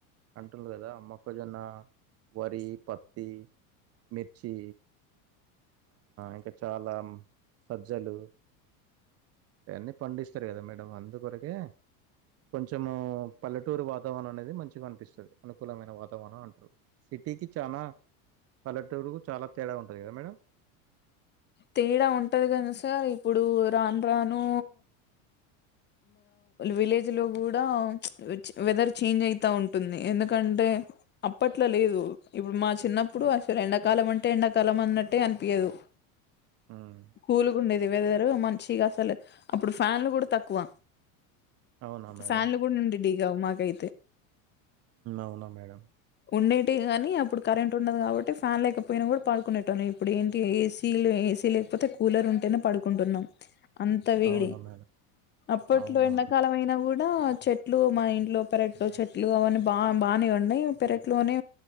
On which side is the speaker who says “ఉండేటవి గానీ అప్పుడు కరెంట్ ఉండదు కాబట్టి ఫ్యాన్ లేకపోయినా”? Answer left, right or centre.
Left